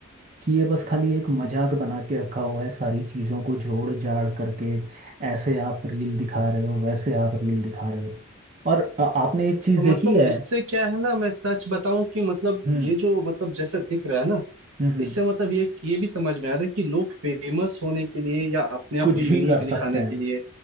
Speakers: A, on the right; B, on the right.
A: कि ये बस खाली एक मजाक बना के रखा हुआ है सारी चीज़ों को जोड़ जाड़ करके ऐसे आप रील दिखा रहे हो वैसे आप रील दिखा रहे हो और अ, आपने एक चीज़
B: और
A: देखी
B: मतलब
A: है
B: इससे क्या है ना मैं सच बताऊं कि मतलब
A: हम्म
B: ये जो मतलब जैसा दिख रहा है ना
A: हम्म हम्म,
B: इससे मतलब ये ये भी समझ में आ रहा है कि लोग फेमस होने के लिए या अपने आप
A: कुछ
B: को यूनिक
A: भी कर
B: दिखाने
A: सकते हैं
B: के लिए